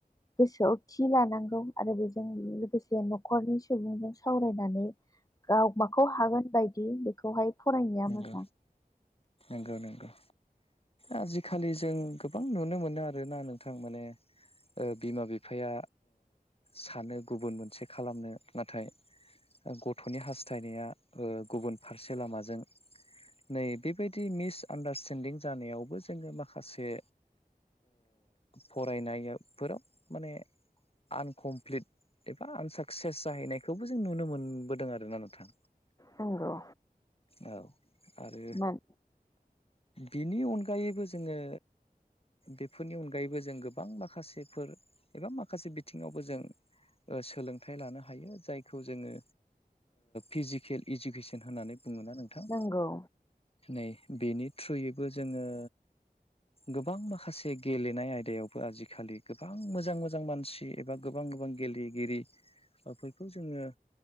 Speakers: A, on the left (about 20°); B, on the left (about 40°).
A: गोसोआव थि लानांगौ आरो बेजों लोगोसे न'खरनि सुबुंजों सावरायनानै गाव माखौ हागोन बाय दि बेखौहाय फरायनाया
B: नोंगौ
A: मोजां
B: नोंगौ नोंगौ आजिखालि जों गोबां नुनो मोनो आरोना नोंथां माने ओ बिमा बिफाया सानो गुबुन मोनसे खालामनो नाथाय गथ'नि हास्थायनाया ओ गुबुन फारसे लामाजों नै बेबायदि मिसआन्डारस्टेन्दिं जानायावबो जोङो माखासे फरायनायाफोराव माने आनकमप्लिट एबा आनसाकसेस जाहैनायखौबो जों नुनो मोनबोदों आरोना नोंथां
A: नंगौ
B: औ आरो
A: मोन
B: बिनि अनगायैबो जोङो बेफोरनि अनगायैबो जों गोबां माखासेफोर एबा माखासे बिथिङावबो जों सोलोंथाइ लानो हायो जायखौ जोङो फिजिकेल इडुकेसन होननानै बुङोना नोंथां
A: नंगौ
B: नै बेनि थ्रुयैबो जोङो गोबां माखासे गेलेनाय आयदायावबो आजिखालि गोबां मोजां मोजां मानसि एबा गोबां गोबां गेलेगिरिफोरखौ जोङो